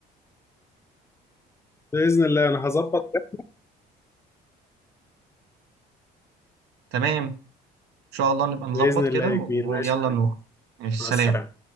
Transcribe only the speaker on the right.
تمام إن شاء الله نبقى
نظبط
كده
و-
ويلا
نروح ماشي،
سلام